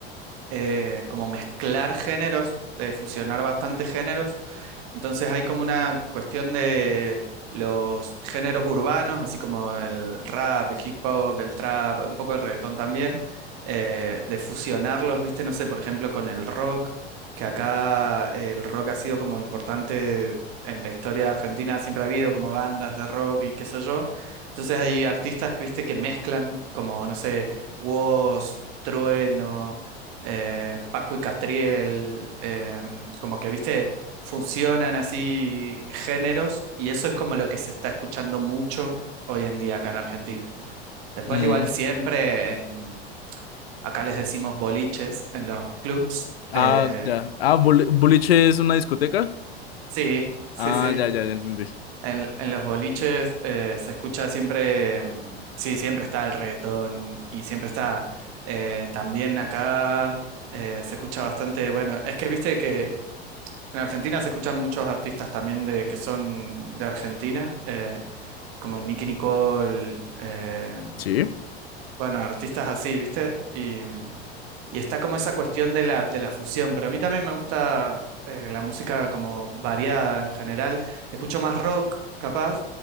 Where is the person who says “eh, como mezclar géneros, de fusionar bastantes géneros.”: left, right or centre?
Right